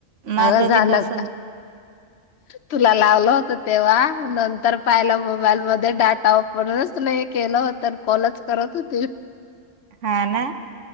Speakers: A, on the right; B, on the left.
A: माझं
B: अगं झालं
A: बी तस
B: तुला लावलं होत तेव्हा नंतर पाहिलं मोबाईल म डाटापनच नाही केलं होत कॉलच करत होती
A: हा ना